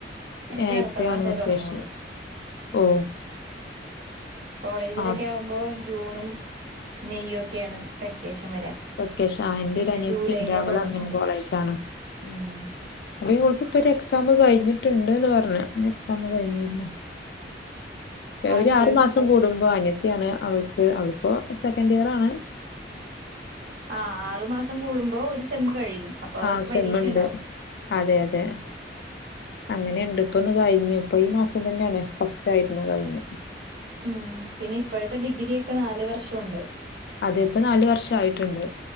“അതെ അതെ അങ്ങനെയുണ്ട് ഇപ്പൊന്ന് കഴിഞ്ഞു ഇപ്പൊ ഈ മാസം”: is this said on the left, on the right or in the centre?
Left